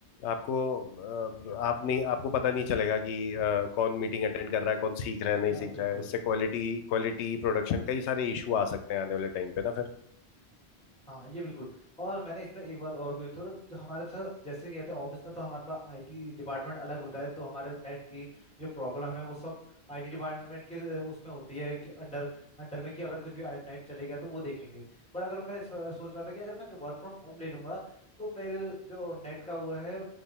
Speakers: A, on the left; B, in the centre.
A: आपको अ, आप नहीं आपको पता नहीं चलेगा कि अ, कौन मीटिंग अटेंड कर रहा है कौन सीख रहा है नहीं
B: हाँ
A: सीख
B: बिल्कुल
A: रहा है इससे क्वालिटी क्वालिटी प्रोडक्शन कई सारे इशू आ सकते हैं आने वाले टाइम पे ना फिर
B: हाँ ये बिल्कुल और मैंने इसमें एक बात और भी थोड़ा तो हमारे साथ जैसे कहते हैं ऑफिस में तो हमारे पास आईटी डिपार्टमेंट अलग होता है तो हमारे नेट की जो प्रॉब्लम है वो सब आईटी डिपार्टमेंट के अ, उसमें होती है कि अंडर अंडर में कि अगर कुछ भी नेट चलेगा तो वो देखेंगे बट अगर मैं सो- सोच रहा था कि अगर मैं वर्क फ्रॉम होम ले लूंगा तो मेरे जो नेट का वो है